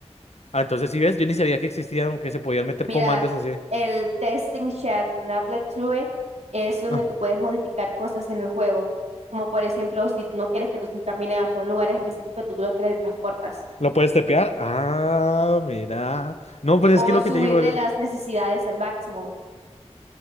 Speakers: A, on the left (about 65°); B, on the right (about 70°).
A: Ah, entonces si ves, yo ni sabía que existía, aunque se podían meter
B: Mira,
A: comandos así.
B: el Testing Chats en Applet True es donde
A: Ah,
B: tú puedes modificar cosas en el juego. Como por ejemplo, si no quieres que tú se encamine hasta un lugar específico, tú lo teletransportas.
A: ¿lo puedes tepear? Ah, mira. No, pues
B: O
A: es que lo
B: subirle
A: que te digo. yo-
B: las necesidades al máximo.